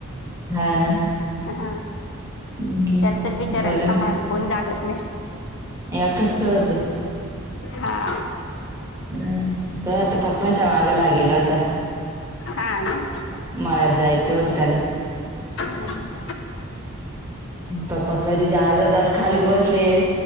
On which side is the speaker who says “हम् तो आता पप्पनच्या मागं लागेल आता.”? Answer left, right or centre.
Right